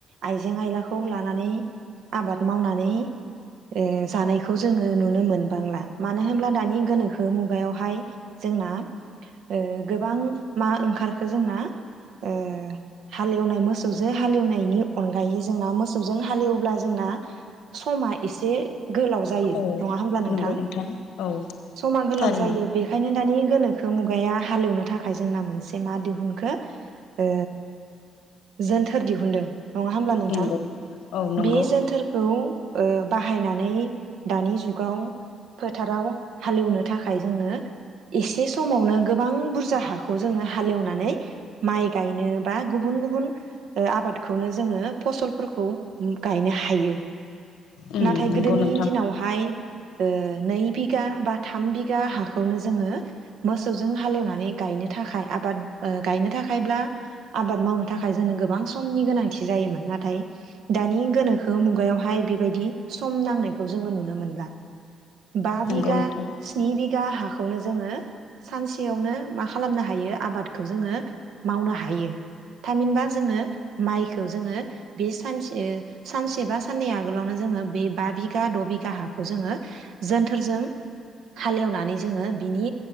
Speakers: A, on the right; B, on the left.
A: आइजें आयलाखौ लानानै आबाद मावनानै ओ जानायखौ जोङो नुनो मोनबांला मानो होनोब्ला दानि गोनोखो मुगायावहाय जोंना ओ गोबां मा ओंखारखो जोंना ओ हालेवनाय मोसौजों हालेवनायनि अनगायै जोंना मोसौजों हालेवब्ला जोंना समा एसे गोलाव जायो
B: औ
A: नङा होमब्ला नोंथां
B: नंगौ औ
A: समा गोलाव
B: थारैनो
A: जायो बेखायनो दानि गोनोखो मुगाया हालेवनो थाखाय जोंना मोनसे मा दिहुनखो ओ जोनथोर दिहुनदों नङा होमब्ला नोंथां
B: नंगौ औ नंगौ
A: बे जोनथोरखौ ओ बाहायनानै दानि जुग गाव फोथाराव हालेवनो थाखाय जोंनो एसे समावनो गोबां बुरजा हाखौ जोङो हालेवनानै माइ गायनो बा गुबुन गुबुन आबादखौनो जोङो फसलफोरखौ गायनो हायो
B: उम
A: नाथाय
B: नंगौ
A: गोदोनि
B: नोंथां
A: दिनावहाय ओ नै बिगा बा थाम बिगा हाखौनो जोङो मोसौजों हालेवनानै गायनो थाखाय आबाद गायनो थाखायब्ला आबाद मावनो थाखाय जोंनो गोबां समनि गोनांथि जायोमोन नाथाय दानि गोनोखो मुगायावहाय बेबायदि सम नांनायखौ जोङो नुनो मोनला बा
B: नंगौ
A: बिगा
B: नोंथां
A: स्नि बिगा दा हाखौनो जोङो सानसेयावनो मा खालामनो हायो आबादखौ जोङो मावनो हायो थामहिनबा जोङो माइखौ जोङो बे सानसे सानसे बा साननै आगोलावनो जोङो बे बा बिघा द' बिघा हा खौ जोङो जोनथोरजों हालेवनानै जोङो बिनि